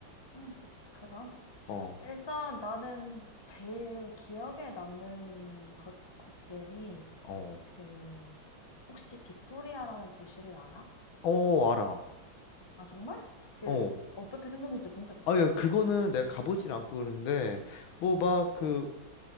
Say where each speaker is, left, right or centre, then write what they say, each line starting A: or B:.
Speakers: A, on the left; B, on the left.
A: 응, 그, 그럼.
B: 어,
A: 일단 나는 제일 기억에 남는 것, 곳들이,
B: 어,
A: 그, 혹시 빅토리아라는 도시를 알아?
B: 어, 알아.
A: 아, 정말? 그,
B: 어.
A: 어떻게 생겼는지 본 적 있어?
B: 아유, 그거는 내가 가보진 않고 그러는데, 뭐,
A: 어.
B: 막, 그,